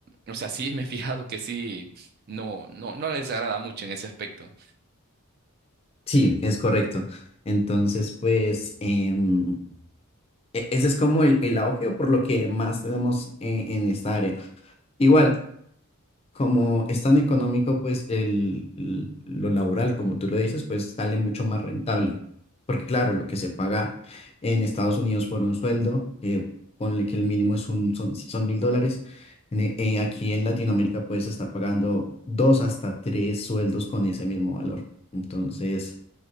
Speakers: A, on the right (about 45°); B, on the left (about 25°).
A: o sea, sí me he fijado que sí, no, no, no les agrada mucho en ese aspecto.
B: Sí, es correcto. Entonces, pues, em, e- ese es como el, el auge o por lo que más tenemos en, en esta área. Igual, como es tan económico, pues, el, el- lo laboral, como tú lo dices, pues sale mucho más rentable. Porque claro, lo que se paga en Estados Unidos por un sueldo, eh, ponle que el mínimo es un, son, son mil dólares. en e- eh, aquí en Latinoamérica puedes estar pagando dos hasta tres sueldos con ese mismo valor. Entonces...